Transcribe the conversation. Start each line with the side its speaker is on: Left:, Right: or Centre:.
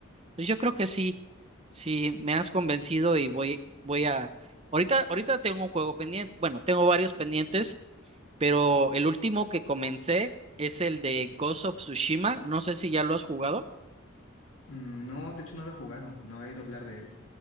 Right: pues yo creo que sí, sí, me has convencido y voy, voy a... Ahorita, ahorita tengo un juego pendiente, bueno, tengo varios pendientes, pero el último que comencé es el de Ghost of Tsushima, no sé si ya lo has jugado.
Left: Mm, No, de hecho no lo he jugado, no he oído hablar de él.